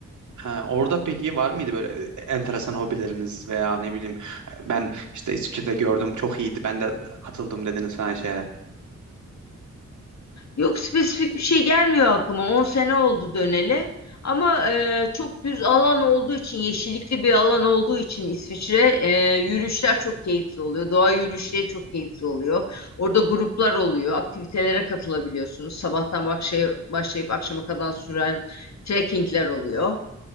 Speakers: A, on the right (about 75°); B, on the left (about 65°).
A: Ha, orada peki var mıydı böyle e, e, enteresan hobileriniz veya ne bileyim ben işte İsviçre'de gördüm çok iyiydi ben de katıldım dediniz falan şeyler.
B: Yok spesifik bir şey gelmiyor aklıma. 10 sene oldu döneli. Ama e, çok düz alan olduğu için, yeşillikli bir alan olduğu için İsviçre e, yürüyüşler çok keyifli oluyor. Doğa yürüyüşleri çok keyifli oluyor. Orada gruplar oluyor. Aktivitelere katılabiliyorsunuz. Sabahtan akşaya başlayıp akşama kadar süren trekkingler oluyor.